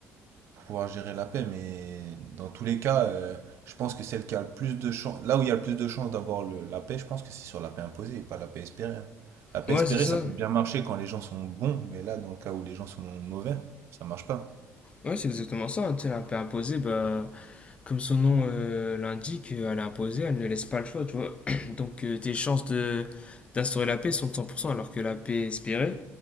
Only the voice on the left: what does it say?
Ouais,
c'est ça.
Ouais, c'est exactement ça. hein. Tu sais, elle a un peu imposé, bah, comme son nom euh, l'indique, euh, elle est imposée, elle ne laisse pas le choix, tu vois. <clears throat> <coughs> Donc, euh, tes chances de d'instaurer la paix sont de 100%, alors que la paix espérée,